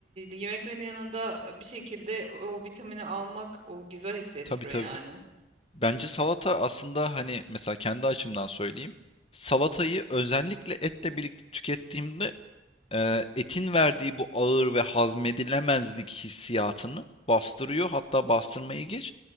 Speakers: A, on the right; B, on the left.
A: yemeklerin yanında bir şekilde o, o vitamini almak o güzel hissettiriyor
B: Tabii tabii.
A: yani.
B: Bence salata aslında hani mesela kendi açımdan söyleyeyim. Salatayı özellikle etle birlikte tükettiğimde e, etin verdiği bu ağır ve hazmedilemezlik hissiyatını bastırıyor. Hatta bastırmayı geç.